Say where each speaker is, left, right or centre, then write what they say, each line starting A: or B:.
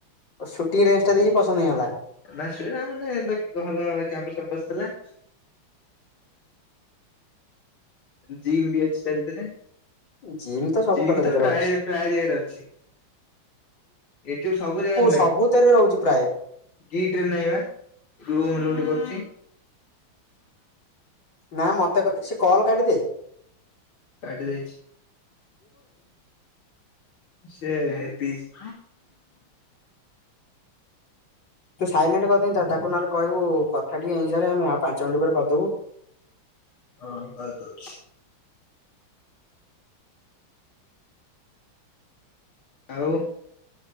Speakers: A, on the left (about 60°); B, on the left (about 80°).
A: ସୁଟିଂ ରେ୍ଜ ଟା ଦେଖି ପସନ୍ଦ ହେଇଗଲା।
B: ନା ସେଟା ମାନେ କ୍ୟାମ୍ପସ ଫାମ୍ପସ ଥିଲା।
A: <inaudible>
B: ଜିମ୍ ବି ଅଛି ତା ଭିତରେ।
A: ଜିମ୍ ତ ସବୁ
B: ଜିମ୍
A: କଲେଜରେ
B: ତ ପ୍ରାୟ
A: ରହୁଛି
B: ପ୍ରାୟ ଜାଗାରେ ଅଛି। ଏଠ ସବୁ ଜାଗାରେ ନାଇଁ
A: ସବୁଥିରେ ରହୁଛି ପ୍ରାୟ
B: ଗିଟରେ ନାଇଁ ବା। ରୁମୁ ଯୋଉଠି କରୁଛି।
A: ନା ମତେ ସେ କଲ୍ କାଟିିଦେ।
B: କାଟି ଦେଇଛି। ସେ ପିଇସି
A: ତୁ ସାଇଲେଣ୍ଟ କରିଦେଇି ତ ତାକୁ ନହେଲେ କହିବୁ କଥା ଟିକେ ହେଇସାରେ ଆମେ ଆଉ ପାଞ୍ଚ ମିନିଟ ପରେ କରିଦବୁ। <inaudible>
B: ହଁ ରହ ଦୋଉଚି। ଆଉ।